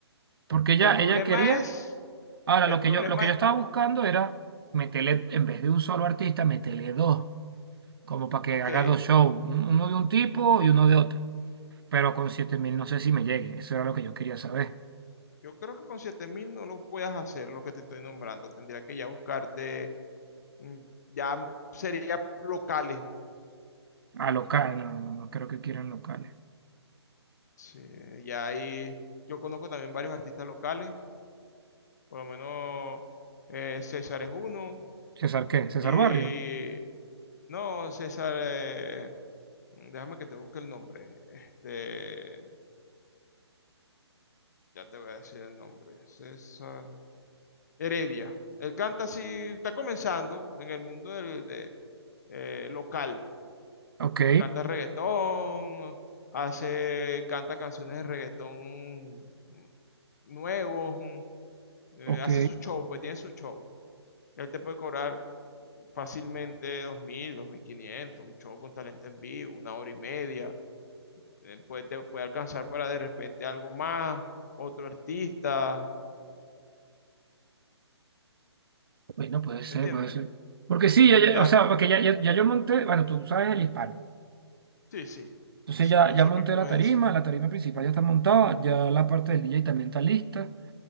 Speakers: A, on the right; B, on the left.
A: Porque ella,
B: El problema
A: ella quería.
B: es,
A: Ahora,
B: el
A: lo
B: problema,
A: que yo, lo que yo estaba buscando era meterle, en vez de un solo artista, meterle dos. Como para que
B: ok,
A: haga dos shows. un- Uno de un tipo y uno de otro. Pero con siete mil no sé si me llegue. Eso era lo que yo quería saber.
B: yo creo que con siete mil no lo puedas hacer, lo que te estoy nombrando, tendría que ya buscarte mm, ya sería locales.
A: A local, no, no, no creo que quieran locales.
B: Sí, ya ahí yo conozco también varios artistas locales, por lo menos eh, César es uno.
A: ¿César qué? ¿César
B: Y
A: Barrio?
B: no, César, eh, déjame que te busque el nombre. Este, ya te voy a decir el nombre. César Heredia. Él canta así, está comenzando en el mundo del, de, eh, local.
A: Ok,
B: canta reggaetón, hace, canta canciones de reggaetón nuevos, un- eh,
A: ok.
B: hace su show, pues tiene su show. Él te puede cobrar fácilmente dos dos mil dos mil quinientos un show con talento en vivo, una hora y media. Eh, puede, te puede alcanzar para de repente algo más, otro artista,
A: Bueno, puede ser,
B: ¿me entiendes?
A: puede ser. Porque sí, ya- ya-
B: Ya,
A: o sea, porque ya, ya, ya yo monté. Bueno, tú sabes el hispano.
B: sí, sí.
A: Entonces
B: Sí,
A: ya,
B: yo
A: ya
B: sé
A: monté
B: qué club
A: la
B: es
A: tarima,
B: ese.
A: la tarima principal ya está montada, ya la parte del DJ también está lista.